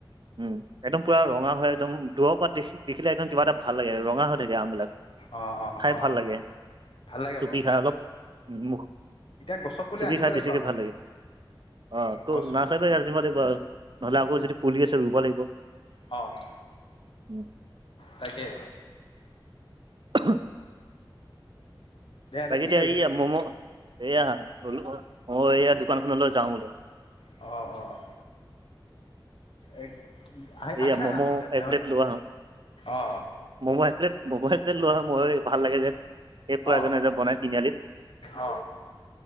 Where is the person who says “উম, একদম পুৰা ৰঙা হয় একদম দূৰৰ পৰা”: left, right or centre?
Right